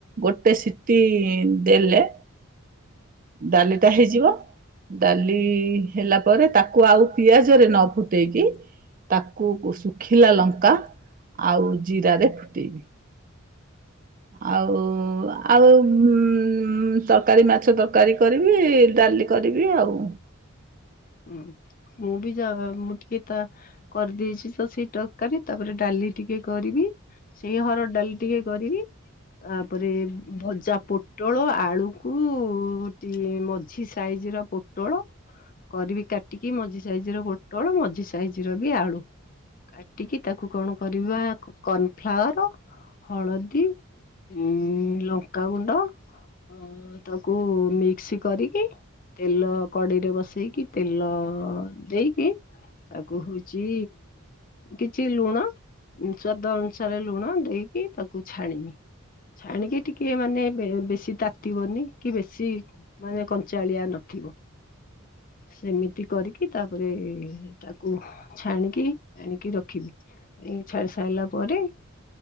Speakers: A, on the right (about 40°); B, on the left (about 40°).
A: ଗୋଟେ ସିଟି ଦେଲେ ଡାଲିଟା ହେଇଯିବ। ଡାଲି ହେଲାପରେ ଟାକୁ ଆଉ ପିଆଜରେ ନପୁଟେଇକି ତାକୁ ଶୁଖିଲା ଲଙ୍କା ଆଉ ଜିରାରେ ଫୁଟେଇବି। ଆଉ ଆଉ ଉଁ ତର୍କାରୀ ମାଛ ତର୍କାରୀ କରିବି। କା କାଲି କରିବି ଆଉ।
B: ହୁଁ। ମୁଁ ବି ଯା ମୁଁ ଟିକେ ତା କରିଦେଇସି ସ ସେଇ ଟକାରେ ତାପରେ ଡାଲି ଟିକେ କରିବି। ସେଇ ହର ଡାଲି ଟିକେ କରିବି। ତାପରେ ଭଜା ପୋଟଳ ଆଳୁକୁ ଟି ମଝି ସାଇ ଆଜିର ପୋଟଳ କରିବି କା ଟିକି ମଝି ସାଇଜ ର ପୋଟଳ ମଝି ସାଇଜ ର ବି ଆଳୁ। କାଟିକି ତାକୁ କଣ କରିବା କନଫ୍ଲାୱାର ହଳଦୀ ଉଁ ଲଙ୍କାଗୁଣ୍ଡ ହଁ ତାକୁ ମିକ୍ସ କରିକି ତେଲ କଡିରେ ବସେଇକି ତେଲ ଦେଇକି ତାକୁ ହଉଛି କିଛି ଲୁଣ ସ୍ୱାଦ ଅନୁସାରେ ଲୁଣ ଦେଇକି ତାକୁ ଛାଣିମି। ଛାଣିକି ଟିକେ ମାନେ ବେ ବେଶୀ ତାତିିବନି କି ବେଶୀ ମାନେ କଞ୍ଚାଳିଆ ଥିବ ସେମିତି କରିକି ତାପରେ ତାକୁ ଛାଣିକି ଆଣିକି ରଖିବି <unintelligible> ଲା ପରେ